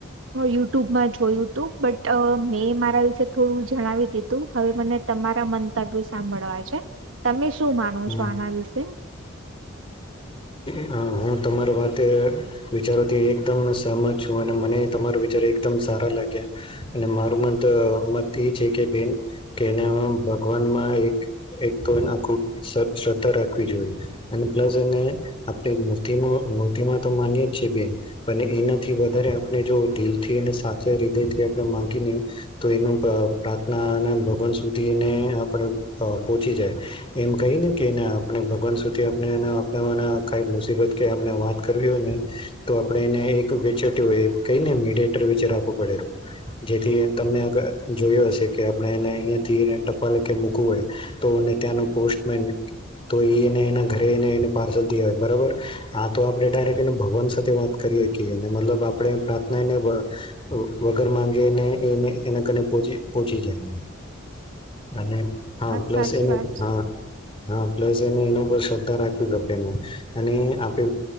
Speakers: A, on the right; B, on the left.
A: યુટ્યુબમાં જોયું હતું. બટ મેં મારા વિશે થોડું જણાવી દીધું, હવે મને તમારા મંતવ્યો સાંભળવા છે. તમે શું. શું માનું
B: હમ
A: છો આના વિશે?
B: અ હું તમારી વાત વિચારોથી એકદમ સહમત છું, અને મને તમારો વિચાર એકદમ સારા લાગ્યા, અને મારું મત મત એ છે કે બેન કે એને ભગવાનમાં એક એક તો આખું શ્રદ્ધા રાખવી જોઈએ. અને પ્લસ એને આપણે મૂર્તિમાં, મૂર્તિમાં તો માનીએે જ છે બેન, પણ એનાથી વધારે આપણે જો દિલ થી સાચા હદયથી આપણે મા માંગીને તો એનો પ્રાર્થના ભગવાન સુધી એને આપણે પોહોંચી જાય એમ કહી ને કેને આપણે ભગવાન સુધી. કે અપનાવાના કાઈ મુસીબત કે આપણે વાત કરવી હોય ને તો આપણે એને એક વેચે હોય કે એને મીડટેર વચ્ચે રાખવું પડે, જેથી તમને જોયો હશે કે આપણે એને અહીંયા થી ટપાલ મૂકવું હોય તો ત્યાંનો પોસ્ટમેન તો એ ઘરેને એને પાર્સલ હોય બરાબર, આ તો આપણે ડાયરેક્ટ એ ભગવાન સાથે વાત કરીએ કેને, મતલબ આપણે પ્રાર્થના એને વગર માંગીને એને એના ધરે પોહચી જાય ને. અને હા, પ્લસ
A: સાચી
B: એના
A: વાત
B: હા.
A: છે
B: હા, પ્લસ એને ઇનોવેશન તારા અને આપે